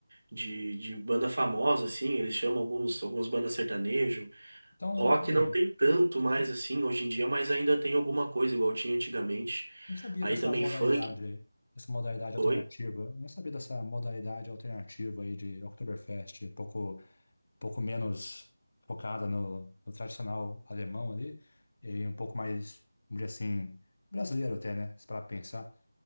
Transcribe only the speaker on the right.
de, de banda famosa, assim, eles chamam alguns, alguns bandas sertanejo.
Rock
não tem tanto mais assim hoje em dia, mas ainda tem alguma coisa igual tinha antigamente.
Aí
também
funk.
Oi?